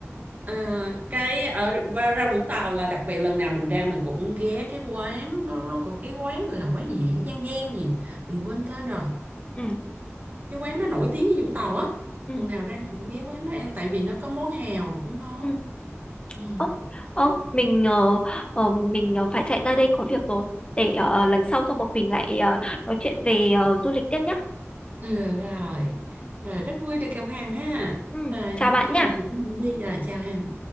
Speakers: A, on the right; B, on the left.
A: Ờ, cái ở và ra Vũng Tàu là đặc biệt lần nào mình ra mình cũng ghé cái quán nó nó có cái quán gọi là quán gì Giang Giang gì mình quên tên rồi
B: ừ
A: cái quán đó nổi tiếng như Vũng Tàu á
B: ừ
A: lần nào ra mình cũng ghé quán đó ăn tại vì nó có món hào rồi cũng ngon
B: ừ
A: ừ.
B: Ơ, ơ, mình ờ, ờ, mình ờ, phải chạy ra đây có việc rồi. Để ờ, ờ, lần sau xong một mình lại ờ, nói chuyện về ờ, du lịch tiếp nhá.
A: Ừ, Ờ, rồi rồi rất vui được gặp Hằng ha
B: Ừ,
A: rồi
B: chào
A: Hằng
B: bạn
A: cứ
B: nhá.
A: làm việc của mình đi giờ chào Hằng